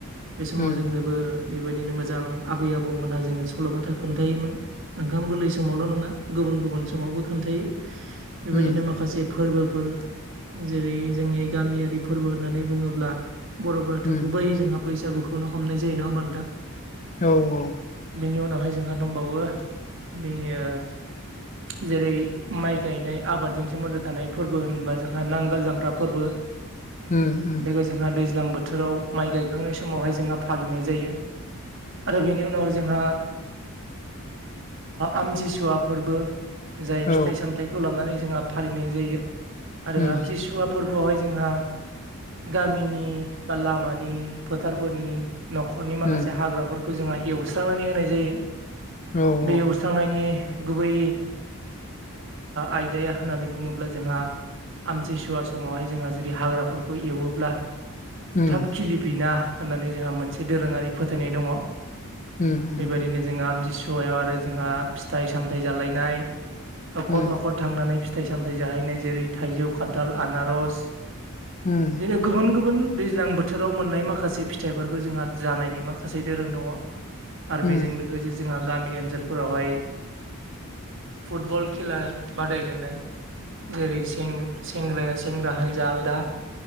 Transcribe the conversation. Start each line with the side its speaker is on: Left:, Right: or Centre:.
Right: बे समाव
Left: उम
Right: जोंनो बो बेबायदिनो मोजां आबै आबौमोनहा जोङो सल' बाथा खोन्थायोमोन। ओंखाम गोरलै समावल' नङा गुबुन गुबुन समावबो खोनथायो बेबायदिनो
Left: उम
Right: माखासे फोर्बोफोर जेरै जोंनि गामियारि फोर्बो होननानै बुङोब्ला बर'फ्राथ'
Left: उम
Right: गुबै जोंहा बैसागुखौनो हमनाय जायो नङा होमबा नोंथां?
Left: औ औ।
Right: बेनि उनावहाय जोंहा दंबावो बे यास
Left: <inaudible>
Right: जेरै माइ गायनाय आबादजों सोमोन्दो थानाय फोर्बो होनबा जोंहा नांगाल जांख्रा फोर्बो।
Left: उम उम
Right: बेखौ जोंहा दैज्लां बोथोराव माइ गायखांनाय समावहाय जोंहा फालिनाय जायो। आरो बेनि उनाव जोंहा आमथिसुवा फोर्बो, जाय
Left: औ
Right: फिथाइ सामथायाइखौ लानानै जोंहा फालिनाय जायो आरो
Left: उम
Right: आमथिसुवा फोर्बो आवहाय जोंहा गामिनि बा लामानि फोथारफोरनि न'खरनि माखासे
Left: उम
Right: हाग्राफोरखौ जोंहा एवस्रांनानै होनाय जायो
Left: औ
Right: बे
Left: औ
Right: एव स्रांनायनि गुबै आयदाया होननानै बुङोब्ला जोंहा आमथिसुवा समावहाय जोंहा जुदि हाग्राफोरखौ एवोब्ला
Left: उम
Right: थाब खिलिफना होननानै जोंहा मोनसे दोरोङारि फोथायनाय दङ
Left: उम उम
Right: बेबायदिनो जोंहा आमथिसुवायाव आरो जोंहा फिथाइ सामथायाइ जालायनाय न'खर
Left: उम
Right: न'खर थांनानै फिथाइ सामथायाइ जाहैनाय जेरै थाइजौ खान्थाल आनारस
Left: उम
Right: बिदिनो गुबुन गुबुन दैज्लां बोथोराव मोननाय माखासे फिथाइफोरखौ जोंहा जानायनि माखासे दोरों दङ। आरो
Left: उम
Right: बेजों लोगोसे जोंहा गामि ओनसोलफोरावहाय फुटबल खेला बादायलायनाय जेरै सें-सेंग्राया सेंग्रा हानजा आलादा